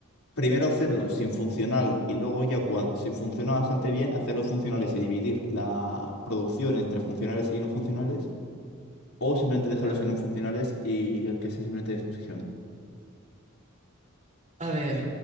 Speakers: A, on the left; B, on the right.
A: Primero hacerlo sin funcional y luego ya cuando, si funciona bastante bien, hacerlos funcionales y dividir la producción entre funcionales y no funcionales, o simplemente dejarlos
B: Claro.
A: en no funcionales y el que sea simplemente de exposición.
B: A ver,